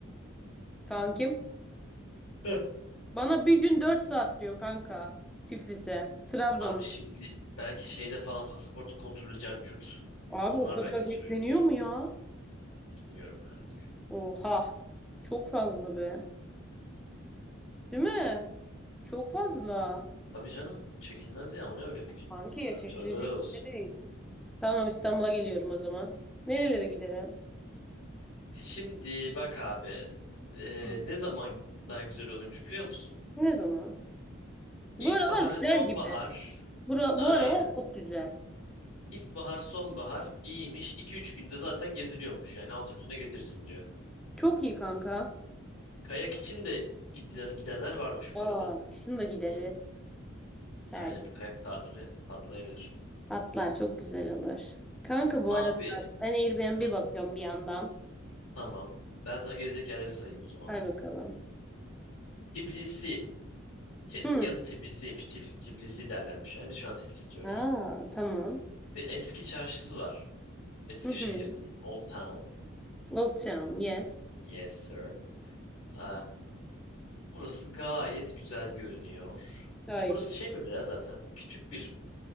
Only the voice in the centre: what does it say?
Kankim.
Bana bir gün dört saat diyor kanka. Tiflis'e. Trabzon.
Abi
o kadar
bekleniyor
mu ya?
Oha. Çok fazla be. Değil mi? Çok fazla.
Kanki
çekilecek
bir şey değil. Tamam İstanbul'a geliyorum o zaman. Nerelere gidelim?
Hı.
Ne zaman? Bu
aralar
güzel
gibi. Bura,
bu aralar çok güzel.
Çok iyi kanka.
Aa,
kışın da gideriz.
Belki.
Hatta çok güzel olur. Kanka bu
arada ben Airbnb
bakıyorum bir yandan.
Hay bakalım.
Hı.
Aa, tamam.
Hı hı.
Old Town, yes.
Gayet
iyi.